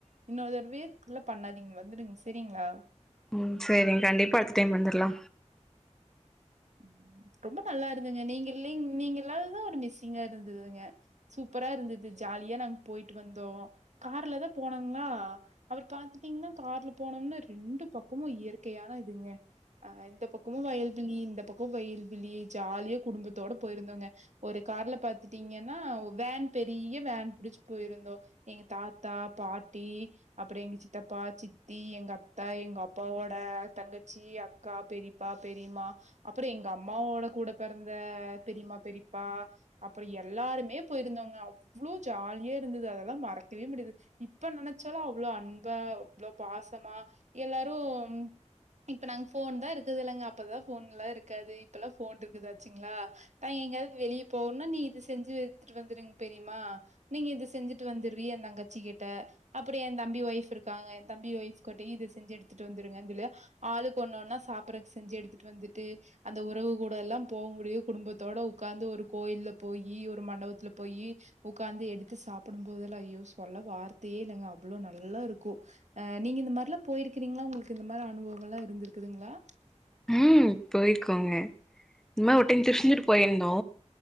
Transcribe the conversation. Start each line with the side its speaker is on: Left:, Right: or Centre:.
Right: இன்னொருதடவே இப்பில்லா பண்ணாதீங் வந்துடுங் சேரிங்ளா
Centre: ம் சேரிங் கண்டிப்பா அடுத்த டைம் வந்துர்லா
Right: ம் ரொம்ப நல்லா இருந்துங்க நீங்க இல்லைங் நீங்க இல்லாததுதா ஒரு மிஸ்ஸிங்கா இருந்துதுங்க சூப்பரா இருந்தது ஜாலியா நாங் போய்ட்டு வந்தோ கார்லதா போனோங்ளா அபற பாத்துட்டீங்னா கார்ல போனோம்னு ரெண்டு பக்கமு இயற்கையான இதுங்க அ இந்த பக்கமு வயல்விளி இந்த பக்கோ வயல் விளி ஜாலியா குடும்பத்தோட போயிருந்தோங்க ஒரு கார்ல பாத்துட்டீங்கனா வேன் பெரிய வேன் புடிச்சு போயிருந்தோ எங்க தாத்தா பாட்டி அப்பற எங்க சித்தப்பா சித்தி எங்க அத்த எங்க அப்பாவோட தங்கச்சி அக்கா பெரி ப்பா பெரிமா அப்றோ எங்க அம்மாவோட கூட பெறந்த பெரிமா பெரிப்பா அப்புறோ எல்லாருமே போயிருந்தோங்க அவ்ளோ ஜாலியா இருந்தது அதெல்லா மறக்கவே முடியாது இப்ப நெனச்சாலு அவ்ளோ அன்பா அவ்ளோ பாசமா எல்லாரு ம் இப்ப நாங் ஃபோன் தா இருக்குது இல்லங்க அப்பதா ஃபோன்லா இருக்காது இப்பெல்லா ஃபோன்டுருக்குது ஆச்சுங்ளா அ எங்கயாவ்து வெளிய போவ்னா நீ இது செஞ்சு எடுத்துட்டு வந்துருங் பெரிமா நீங்க இது செஞ்சிட்டு வந்துர்ரி எந்தங்கச்சி கிட்ட அப்பற எ தம்பி ஒய்ஃப் இருக்காங்க எ தம்பி ஒய்ஃப் கட்டயு இது செஞ்சு எடுத்துட்டு வந்துருங்கன் சொல்லி ஆளுக் ஒண்ணொன்னா சாப்பறக் செஞ்சு எடுத்துட்டு வந்துட்டு அந்த உறவு கூட எல்லா போவ் முடியு குடும்பத்தோட உக்காந்து ஒரு கோயில்ல போயி ஒரு மண்டபத்துல போயி உக்காந்து எடுத்து சாப்பிடும் போதெல்லா ஐயோ சொல்ல வார்த்தையே இல்லங்க அவ்வளோ நல்லா இருக்கு அ நீங்க இந்த மாறிலா போயிருக்கிறீங்ளா உங்களுக்கு இந்த மாறி அனுபவமெல்லா இருந்திருக்குதுங்ளா
Centre: ம் போயிருக்கோங்க இந் மாரி ஒரு டைம் திருச்சொந்தூர் போயிந்தோ